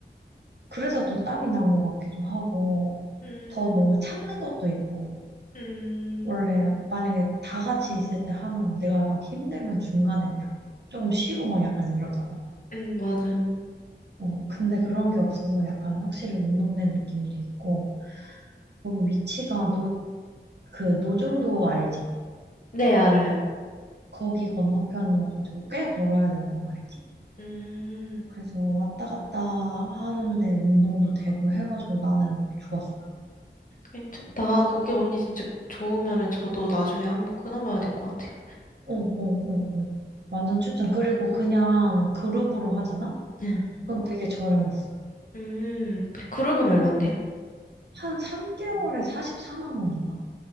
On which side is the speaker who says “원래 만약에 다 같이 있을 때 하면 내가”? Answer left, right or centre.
Right